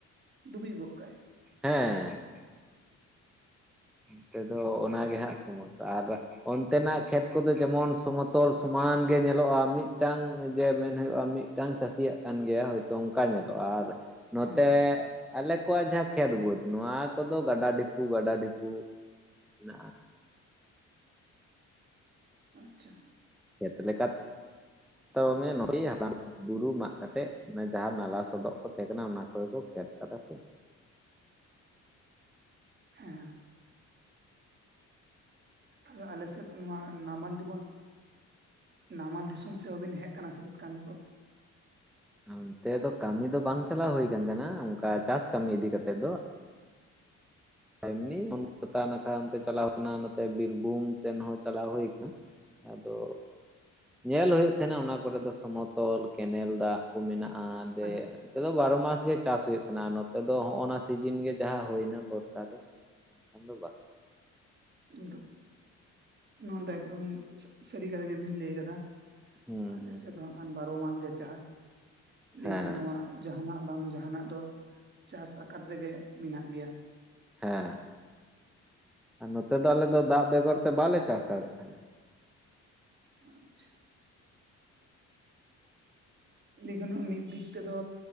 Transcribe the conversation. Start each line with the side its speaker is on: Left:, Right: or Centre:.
Right: ᱰᱩᱵᱤ ᱜᱚᱫ ᱠᱟᱜᱼᱟᱭ
Centre: ᱦᱮᱸ ᱦᱮᱸᱻᱮᱸ ᱱᱚᱛᱮ ᱫᱚ
Right: ᱚᱱᱟ
Centre: ᱚᱱᱟᱜᱮ
Right: ᱢᱤᱫᱴᱮᱱ
Centre: ᱦᱟᱸᱜ ᱥᱚᱦᱚᱥᱟ ᱟᱨ ᱚᱱᱛᱮᱱᱟᱜ ᱠᱷᱮᱛ ᱠᱚᱫᱚ ᱡᱮᱢᱚᱱ ᱥᱚᱢᱚᱛᱚᱞ ᱥᱚᱢᱟᱱ ᱜᱮ ᱧᱮᱞᱚᱜᱼᱟ ᱢᱤᱫ ᱴᱟᱝ ᱡᱮ ᱢᱮᱱ ᱦᱩᱭᱩᱜᱼᱟ ᱢᱤᱫ ᱢᱤᱫᱴᱟᱝ ᱪᱟᱹᱥᱤᱭᱟᱜ ᱠᱟᱱ ᱜᱮᱭᱟ ᱦᱳᱭᱛᱚ ᱚᱱᱠᱟ ᱧᱮᱞᱚᱜᱼᱟ ᱟᱨ ᱱᱚᱛᱮ
Right: ᱦᱮᱸ
Centre: ᱟᱞᱮ ᱠᱚᱣᱟᱜ ᱡᱟᱦᱟᱸ ᱠᱷᱮᱛ ᱵᱟᱹᱫᱽ ᱱᱚᱣᱟ ᱠᱚᱫᱚ ᱜᱟᱰᱟ ᱰᱷᱤᱯᱩ ᱜᱟᱰᱟ ᱰᱷᱤᱯᱩ <unintelligible>
Right: ᱟᱪᱪᱷᱟ
Centre: ᱪᱮᱫ ᱞᱮᱠᱟ ᱛᱮ ᱱᱚᱭ ᱦᱟᱛ <unintelligible> ᱵᱩᱨᱩ ᱢᱟᱜ ᱠᱟᱛᱮᱜ ᱚᱱᱟ ᱡᱟᱦᱟᱸ ᱱᱟᱞᱟ ᱥᱚᱰᱚᱜ ᱠᱚ ᱛᱟᱦᱮᱸ ᱠᱟᱱᱟ ᱚᱱᱟ ᱠᱚᱜᱮ ᱠᱚ ᱠᱷᱮᱛ ᱟᱠᱟᱫᱟ ᱥᱮ
Right: <inaudible> ᱦᱮᱸ ᱛᱟᱦᱞᱮ ᱟᱞᱮ ᱥᱮᱫ ᱱᱚᱣᱟ ᱱᱟᱢᱟᱞ ᱫᱤᱵᱚᱥ ᱱᱟᱢᱟᱞ ᱫᱤᱥᱚᱢ ᱥᱮᱜ ᱦᱚᱸᱵᱤᱱ ᱦᱮᱡ ᱟᱠᱟᱱᱟ ᱥᱮᱪᱮᱫ ᱠᱟᱹᱢᱤ ᱠᱚ
Centre: ᱚᱱᱛᱮ ᱫᱚ ᱠᱟᱹᱢᱤ ᱫᱚ ᱵᱟᱝ ᱪᱟᱞᱟᱣ ᱦᱩᱭ ᱠᱟᱱ ᱛᱟᱦᱮᱸᱱᱟ ᱚᱱᱠᱟ ᱪᱟᱥ ᱠᱟᱹᱢᱤ ᱤᱫᱤ ᱠᱟᱛᱮ ᱫᱚ ᱮᱢᱱᱤ ᱯᱷᱳᱠᱟᱛ ᱱᱟ <unintelligible> ᱠᱷᱷᱟ ᱚᱱᱛᱮ ᱪᱟᱞᱟᱣ ᱠᱟᱱᱟ ᱱᱚᱛᱮ ᱵᱤᱨᱵᱷᱩᱢ ᱥᱮᱱ ᱦᱚᱸ ᱪᱟᱞᱟᱣ ᱦᱩᱭ ᱠᱟᱱᱟ ᱟᱫᱚ ᱧᱮᱞ ᱦᱩᱭᱩᱜ ᱛᱟᱦᱮᱸᱱᱟ ᱚᱱᱟ ᱠᱚᱨᱮᱫᱚ ᱥᱚᱢᱚᱛᱚᱞ ᱠᱮᱱᱮᱞ ᱫᱟᱜ ᱠᱚ ᱢᱮᱱᱟᱜᱼᱟ ᱫᱮ
Right: ᱟᱪᱪᱷᱟ
Centre: ᱱᱚᱛᱮ ᱫᱚ ᱵᱟᱨᱚ ᱢᱟᱥ ᱜᱮ ᱪᱟᱥ ᱦᱩᱭᱩᱜ ᱛᱟᱦᱮᱸᱱᱟ ᱱᱚᱛᱮ ᱫᱚ ᱦᱚᱜᱼᱱᱟ ᱥᱤᱡᱤᱱ ᱜᱮ ᱡᱟᱦᱟᱸ ᱦᱩᱭᱱᱟ ᱵᱚᱨᱥᱟ <unintelligible>
Right: ᱫᱚ ᱱᱚᱣᱟ ᱫᱚ ᱮᱠᱫᱚᱢ ᱥᱟᱹᱨᱤ ᱠᱟᱛᱷᱟ ᱜᱮᱵᱤᱱ ᱞᱟᱹᱭ ᱟᱠᱟᱫᱟ
Centre: ᱦᱩᱸ
Right: ᱟᱞᱮ
Centre: ᱦᱩᱸ
Right: ᱥᱮᱫ ᱫᱚ ᱦᱟᱸᱜ ᱠᱷᱟᱱ ᱵᱟᱨᱚ ᱢᱟᱥ ᱜᱮ ᱪᱟᱥ ᱞᱟᱹᱭ
Centre: ᱦᱮᱸ
Right: ᱜᱟᱱᱚᱜᱼᱟ ᱡᱟᱦᱱᱟᱜ ᱵᱟᱝ ᱡᱟᱦᱟᱱᱟᱜ ᱫᱚ ᱪᱟᱥ ᱟᱠᱟᱫ ᱛᱮᱜᱮ ᱢᱮᱱᱟᱜ ᱜᱮᱭᱟ
Centre: ᱦᱮᱸ ᱦᱮᱸ ᱟᱨ ᱱᱚᱛᱮ ᱫᱚ ᱟᱞᱮ ᱫᱚ ᱫᱟᱜ ᱵᱮᱜᱚᱨ ᱛᱮ ᱵᱟᱞᱮ ᱪᱟᱥ ᱫᱟᱲᱮᱭᱟᱜ ᱠᱟᱱᱟ
Right: ᱟᱪᱪᱷᱟ ᱞᱟᱹᱭ ᱜᱚᱱᱚᱜᱼᱟ ᱢᱤᱫ ᱫᱤᱠ ᱛᱮᱫᱚ